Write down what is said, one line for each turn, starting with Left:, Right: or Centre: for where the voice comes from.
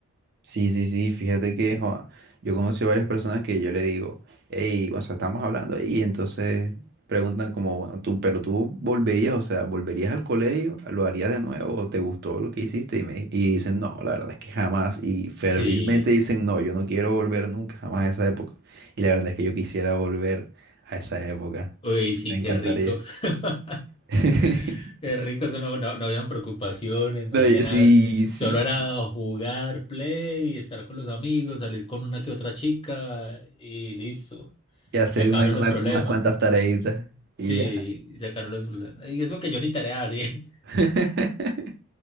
Right: Sí, sí, sí, fíjate que joa, yo conocí varias personas que yo le digo, hey, o sea, estamos hablando y entonces preguntan como, bueno, tú, pero tú volverías, o sea, volverías al colegio, lo harías de nuevo, o te gustó lo que hiciste y, me, y dicen, no, la verdad es que jamás, y fervilmente
Left: Sí,
Right: dicen, no, yo no quiero volver nunca, jamás a esa época. Y la verdad es que yo quisiera volver a esa época,
Left: uy,
Right: sí,
Left: sí,
Right: me encantaría.
Left: qué rico. <laughs>
Right: <laughs>
Left: Qué rico, eso no, no, no habían preocupaciones,
Right: No,
Left: no había
Right: y-
Left: nada.
Right: sí, sí,
Left: Solo
Right: sí,
Left: era jugar, play, estar con los amigos, salir con una que otra chica y listo.
Right: y hacer
Left: Se acabaron
Right: una- una-
Left: los problemas.
Right: unas cuantas tareitas y
Left: Sí,
Right: ya.
Left: se acabaron los problemas. Y eso que yo ni tarea hacía, <laughs>
Right: <laughs>